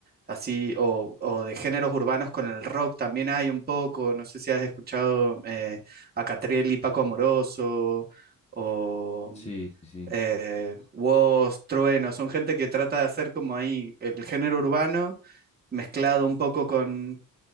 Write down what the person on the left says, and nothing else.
Sí,
sí, sí.